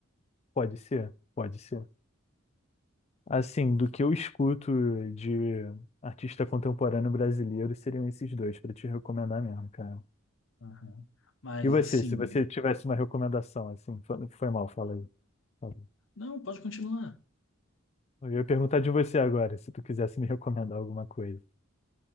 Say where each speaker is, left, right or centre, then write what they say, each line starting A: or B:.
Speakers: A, on the left (about 30°); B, on the left (about 65°).
A: Pode ser, pode ser. Assim, do que eu escuto de artista contemporâneo brasileiro, seriam esses dois para te recomendar mesmo, cara.
B: Uhum. Mas,
A: E você,
B: assim,
A: se você tivesse uma recomendação, assim, foi, foi mal, fala aí. fala aí.
B: não, pode continuar.
A: Eu ia perguntar de você agora, se tu quisesse me <laughs> recomendar alguma coisa.